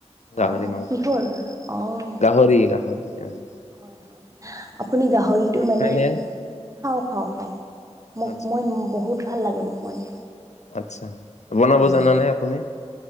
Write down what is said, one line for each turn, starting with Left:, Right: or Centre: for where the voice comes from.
Left: গাহৰি
Right: অ'
Left: মাংস
Right: কিহৰ অ'
Left: গাহৰি গাহৰি এহ।
Right: হয় হয় আপুনি গাহৰিটো মানে
Left: খাইনে
Right: খাওঁ খাওঁ খাওঁ মোক
Left: আচ্ছা
Right: মই বহুত ভাল লাগে মোক মানে।
Left: আচ্ছা, বনাব
Right: অ'
Left: জানা নে আপুনি?